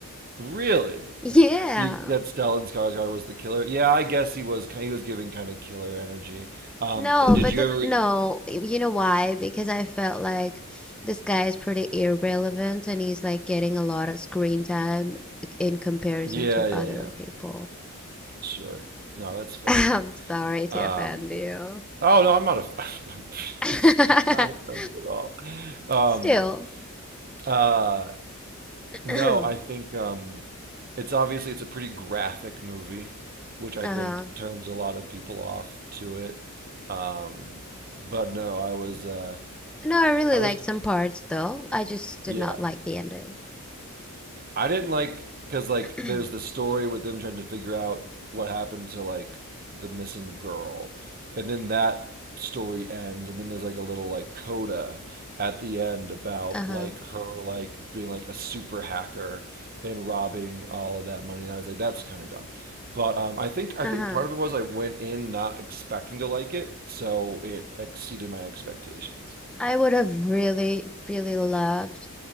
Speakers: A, on the right (about 40°); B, in the centre.
A: really.
B: Yeah.
A: You, that Stellan Skarsgård was the killer. Yeah, I guess he was. He was giving kind of killer energy. Um,
B: No,
A: did
B: but
A: you
B: th
A: ever?
B: no, y- you know why? Because I felt like this guy is pretty irrelevant and he's like getting a lot of screen time in comparison
A: Yeah,
B: to
A: yeah,
B: other
A: yeah.
B: people.
A: Sure. No, that's
B: <laughs>
A: fair.
B: I'm sorry to
A: Um,
B: offend you.
A: oh no, I'm not. A, <laughs> I'm
B: <laughs>
A: not offended at all. Um,
B: Still.
A: uh,
B: <clears throat>
A: no, I think um, it's obviously it's a pretty graphic movie, which I
B: Uh-huh.
A: think turns a lot of people off to it. Um, but no, I was. Uh,
B: No, I really
A: I
B: liked
A: was.
B: some parts though. I just did
A: Yeah.
B: not like the ending.
A: I didn't like because like
B: <clears throat>
A: there's the story with them trying to figure out what happened to like the missing girl, and then that story ends, and then there's like a little like coda at the end about
B: Uh-huh.
A: like her like being like a super hacker and robbing all of that money. And I was like, that's kind of dumb. But um, I think I
B: Uh-huh.
A: think part of it was I went in not expecting to like it, so it exceeded my expectations.
B: I would have really, really loved